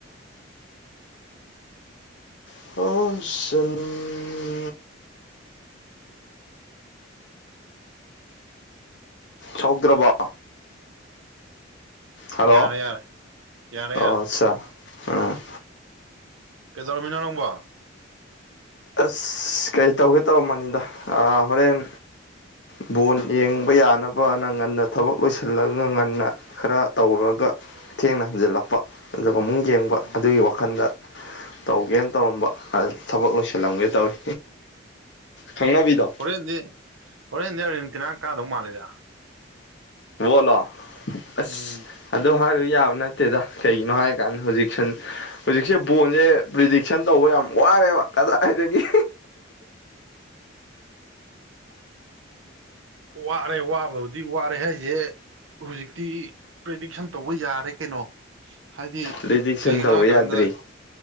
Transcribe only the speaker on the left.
<unintelligible> ꯁꯧꯗ꯭ꯔꯕ ꯍꯜꯂꯣ
ꯑꯣ
ꯑꯠꯆꯥ ꯑꯝ
ꯑꯁ ꯀꯩ ꯇꯧꯒꯦ ꯇꯧꯔꯝꯕꯅꯤꯗ ꯑꯥ ꯍꯣꯔꯦꯟ ꯕꯣꯟ ꯌꯦꯡꯕ ꯌꯥꯅꯕꯅ ꯉꯟꯅ ꯊꯕꯛ ꯂꯣꯏꯁꯤꯜꯂꯒ ꯉꯟꯅ ꯈꯔ ꯇꯧꯔꯨꯔꯒ ꯊꯦꯡꯅ ꯍꯟꯖꯤꯜꯂꯛꯄ ꯑꯗꯨꯒ ꯑꯃꯨ ꯌꯦꯡꯕ
ꯑꯗꯨꯒꯤ ꯋꯥꯈꯜꯗ ꯇꯧꯒꯦꯅ ꯇꯧꯔꯝꯕ ꯊꯕꯛ ꯊꯤꯜꯂꯝꯒꯦ
ꯇꯧꯔꯤ ꯈꯪꯅꯕꯤꯗꯣ
ꯕ‌ꯣꯜꯂꯣ ꯑꯁ
ꯑꯗꯨ ꯍꯥꯏꯔꯨ ꯌꯥꯕ ꯅꯠꯇ ꯇꯦꯗ ꯀꯩꯒꯤꯅꯣ ꯍꯥꯏꯔ ꯀꯥꯟꯗ ꯍꯧꯖꯤꯛꯁꯟ ꯍꯧꯖꯤꯛꯁꯦ ꯕꯣꯟꯁꯦ ꯄ꯭ꯔꯤꯗꯤꯛꯁꯟ ꯇꯧꯕ ꯌꯥꯝ ꯋꯥꯔꯦꯕ ꯀꯗꯥꯏꯗꯒꯤ
ꯄ꯭ꯔꯤꯗꯤꯛꯁꯟ
ꯇꯧꯕ
ꯌꯥꯗ꯭ꯔꯤ